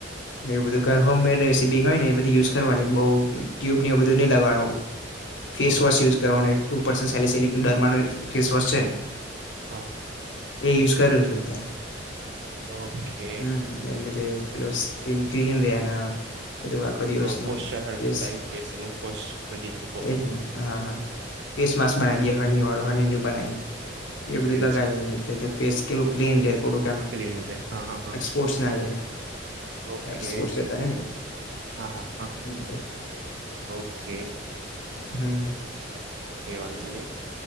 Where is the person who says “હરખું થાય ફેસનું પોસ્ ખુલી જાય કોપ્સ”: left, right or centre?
Right